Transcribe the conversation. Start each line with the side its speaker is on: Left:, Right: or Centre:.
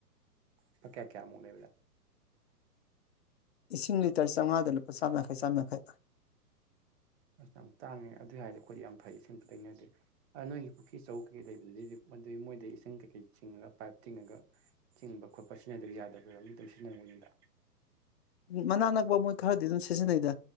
Right: ꯂꯨꯄꯥ ꯀꯌꯥ ꯀꯌꯥꯃꯨꯛ ꯂꯩꯕꯗ
Left: ꯏꯁꯤꯡ ꯂꯤꯇꯔ ꯆꯥꯝꯉꯥꯗ ꯂꯨꯄꯥ ꯆꯥꯝ ꯌꯥꯡꯈꯩ ꯆꯥꯝ ꯌꯥꯡꯈꯩ
Right: ꯑꯁ ꯌꯥꯝ ꯇꯥꯡꯉꯦ ꯑꯗꯨꯏ ꯍꯥꯏꯔꯗꯤ ꯑꯩꯈꯣꯏꯗꯤ ꯌꯥꯝ ꯐꯩ ꯏꯁꯤꯡ ꯂꯩꯅꯗꯦ ꯅꯣꯏꯒꯤ ꯄꯨꯈ꯭ꯔꯤ ꯆꯧ ꯀꯩꯀꯩ ꯂꯩꯕꯗꯨꯗꯤ ꯃꯗꯨꯏ ꯃꯣꯏꯗ ꯏꯁꯤꯡ ꯀꯩꯀꯩ ꯆꯤꯡꯉꯒ ꯄꯥꯏꯞ ꯇꯤꯡꯉꯒ ꯆꯤꯡꯕ ꯈꯣꯠꯄ ꯁꯤꯅ ꯑꯗꯨ ꯌꯥꯗꯕ ꯑꯃ ꯑꯗꯨ ꯁꯤꯖꯤꯟꯅꯔꯝꯅꯤꯗ
Left: ꯃꯅꯥꯛ ꯅꯛꯄ ꯃꯣꯏ ꯈꯔꯗꯤ ꯑꯗꯨꯝ ꯁꯤꯖꯤꯟꯅꯩꯗ